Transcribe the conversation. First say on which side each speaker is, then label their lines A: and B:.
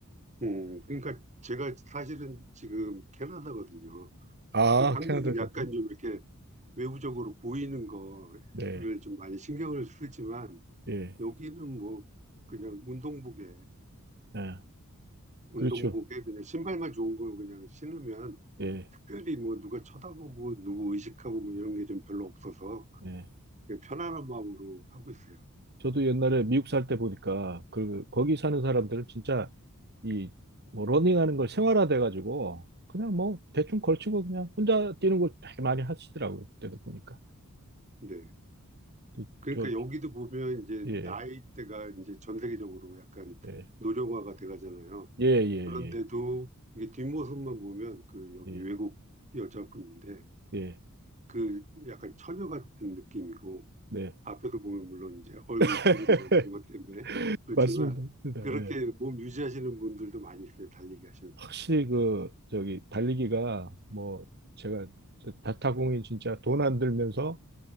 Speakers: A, on the right; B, on the right.
A: 음, 그러니까 제가 사실은 지금 캐나다거든요.
B: 아,
A: 그 한국은
B: 캐나다 사세요?
A: 약간 좀 이렇게 외부적으로 보이는 거를
B: 네,
A: 좀 많이 신경을 쓰지만
B: 예,
A: 여기는 뭐 그냥 운동복에
B: 예,
A: 운동복에
B: 그렇죠.
A: 그냥 신발만 좋은 거 그냥 신으면
B: 예,
A: 특별히 뭐 누가 쳐다보고 누구 의식하고 뭐 이런 게 좀 별로 없어서
B: 예.
A: 되게 편안한 마음으로 하고 있어요.
B: 저도 옛날에 미국 살 때 보니까 그 거기 사는 사람들은 진짜 이 뭐 러닝하는 걸 생활화돼 가지고 그냥 뭐 대충 걸치고 그냥 혼자 뛰는 걸 되게 많이 하시더라고요. 그때도 보니까.
A: 네.
B: 그,
A: 그러니까
B: 저,
A: 여기도 보면 이제
B: 예.
A: 나이대가 이제 전 세계적으로 약간
B: 예.
A: 노령화가 돼가잖아요.
B: 예, 예,
A: 그런데도
B: 예,
A: 이게 뒷모습만 보면 그 여기
B: 예,
A: 외국 여자분인데
B: 예,
A: 그 약간 처녀 같은 느낌이고
B: 네.
A: 앞에서 보면 물론 이제 얼굴
B: <laughs>
A: 주름이나 뭐 이런 것 때문에 그렇지만
B: 맞습니다. 맞습니다.
A: 그렇게
B: 예.
A: 몸 유지하시는 분들도 많이 있어요. 달리기 하시는 분들
B: 확실히 그, 저기, 달리기가 뭐, 제가 저 다타공이 진짜 돈 안 들면서